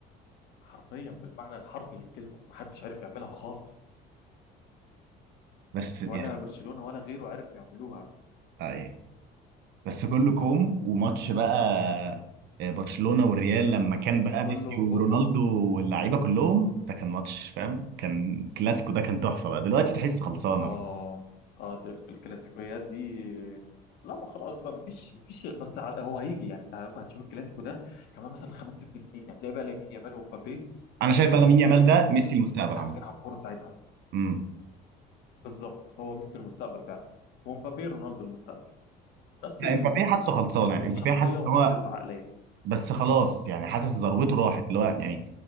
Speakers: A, on the left (about 70°); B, on the right (about 70°).
A: حرفيا بالمعنى الحرفي للكلمه محدش عارف يعملها خالص
B: بس يعني
A: ولا برشلونه ولا غيره عرف يعملوها
B: اي بس كله كوم وماتش بقى آه، برشلونة والريال لما كان
A: بس
B: بقى
A: كله
B: ميسي ورونالدو
A: كوم اه
B: واللعيبة كلهم ده كان ماتش فاهم كان كلاسيكو ده كان تحفة بقى دلوقتي تحس خلصانة
A: اه
B: بقى.
A: اه دي ال- الكلاسيكويات دي لا ما خلاص بقى مفيش مفيش بس ع- هو هيجي يعني انت عارف هتشوف الكلاسيكو ده كمان مثلا خمس ست سنين هتلاقي بقى لامين يامال ومبابي
B: انا شايف
A: آه،
B: بقى لامين
A: هم
B: يامال
A: دول
B: ده
A: ال-
B: ميسي
A: الم-
B: المستقبل
A: المستحوذين
B: عامة
A: على الكوره ساعتها
B: امم
A: بالظبط هو ميسي المستقبل فعلا ومبابي رونالدو المستقبل نفس
B: لا
A: ال...
B: امبابي حاسه خلصانة
A: ال-
B: يعني
A: الشخصيه
B: امبابي حاسس
A: ونفس
B: هو
A: العقليه
B: بس خلاص يعني حاسس ذروته راحت اللي هو يعني